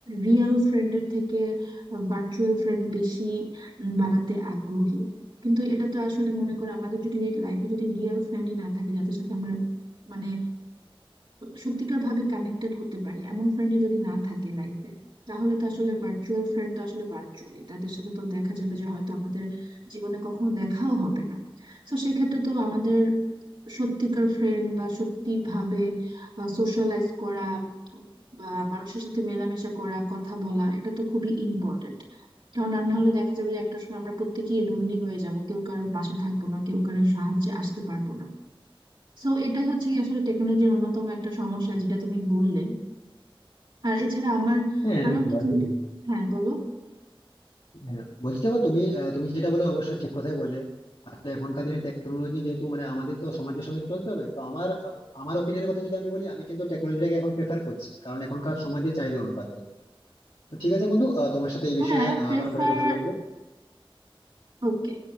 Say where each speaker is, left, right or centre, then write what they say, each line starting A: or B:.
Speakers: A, on the right; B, on the left.
A: রিয়েল ফ্রেন্ডের থেকে ভার্চুয়াল ফ্রেন্ড বেশি উম, বানাতে আগ্রহী কিন্তু এটা তো আসলে মনে করো আমাদের যদি লাইফে যদি রিয়েল ফ্রেন্ডই না থাকে যাদের সাথে আমরা মানে সত্যিকার ভাবে কানেক্টেড হতে পারি এমন ফ্রেন্ডই যদি না থাকে লাইফে তাহলে তো আসলে ভার্চুয়াল ফ্রেন্ড তো আসলে ভার্চুয়ালি তাদের সাথে তো দেখা যাবে যে হয়তো আমাদের জীবনে কখনো দেখাও হবে না তো সেক্ষেত্রে তো আমাদের সত্যিকার ফ্রেন্ড বা সত্যি ভাবে সোশ্যালাইজ করা বা মানুষের সাথে মেলামেশা করা কথা বলা এটা তো খুবই ইম্পর্টেন্ট কারণ রান্না হলে দেখা যাবে যে একটা সময় আমরা প্রত্যেকেই লোনলি হয়ে যাব কেউ কারোর পাশে থাকবো না কেউ কারোর সাহায্যে আসতে পারবো না তো এটাই হচ্ছে কি আসলে টেকনোলজির অন্যতম একটা সমস্যা যেটা তুমি বললে আর এছাড়া আমার
B: হ্যাঁ
A: আরো
B: দেখো,
A: একটা
B: আসলে-
A: জিনিস হ্যাঁ বলো
B: হ্যাঁ, বলছি দেখো তুমি আহ, তুমি যেটা বলে অবশ্যই ঠিক কথাই বলে আসলে এখনকার দিনে টেকনোলজি যেহেতু মানে আমাদের তো সমাজের সঙ্গে চলতে হবে তো আমার আহ, আমার ওপিনিয়নের কথা যদি আমি বলি আমি কিন্তু টেকনোলজিটাকে এখন প্রেফার করছি কারণ এখনকার সমাজের চাহিদা অনুপাতে তো ঠিক আছে বন্ধু আহ, তোমার সাথে এই
A: হ্যাঁ
B: বিষয়ে আহ,
A: প্রেফার
B: আবার পরে কথা বলবো
A: ওকে।